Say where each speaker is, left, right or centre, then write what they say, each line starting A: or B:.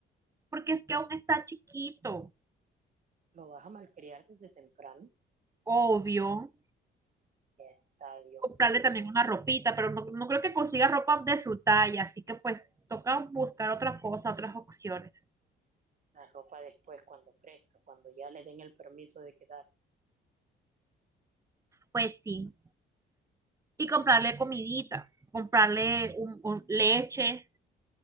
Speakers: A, on the right; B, on the right.
A: porque es que aún está chiquito,
B: ¿Lo vas a malcriar desde temprano?
A: obvio.
B: Está, Dios
A: Comprarle
B: mío.
A: también una ropita, pero no, no creo que consiga ropa de su talla, así que pues toca buscar otra cosa, otras opciones.
B: La ropa después, cuando crezca, cuando ya le den el permiso de quedarse,
A: Pues sí, y comprarle comidita, comprarle un, un leche